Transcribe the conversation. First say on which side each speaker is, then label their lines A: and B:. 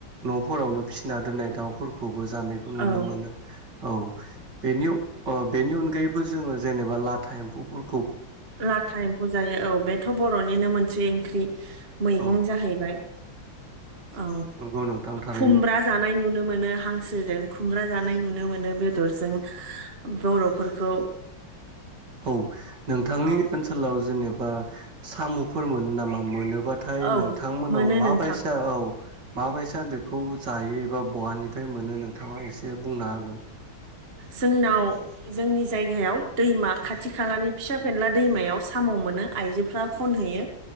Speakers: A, on the right; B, on the right.
A: न फोरावनो फिसिना दोन्नाय दाउफोरखौबो जानायखौ
B: औ
A: नुनो मोनो औ बेनि अ बेनि अनगायैबो जोङो जेनेबा लाथा एम्फौफोर
B: लाथा एम्फौ जायो औ बेथ बरनिनो मोनसे ओंख्रि मैगं
A: औ
B: जाहैबाय औ
A: नंगौ नोंथां थारैनो
B: खुमब्रा जानाय नुनो मोनो हां सोजों खुमब्रा जानाय नुनो मोनो बेदरजों बरफोरखौ
A: औ नोंथांनि
B: औ
A: ओनसोलाव जेनेबा सामफोर मोनो नामा मोनो? बाथाय
B: औ
A: नोंथांमोनाव
B: मोनो
A: माबायसा
B: नोंथां
A: औ माबायसा बेखौ जायो एबा बहानिफ्राय मोनो नोंथांङा एसे बुंनो हागोन?
B: जोंनाव जोंनि जायगायाव दैमा खाथि खालानि फिसा फेनला दैमायाव साम मोनो आइजोफोरा खनहैयो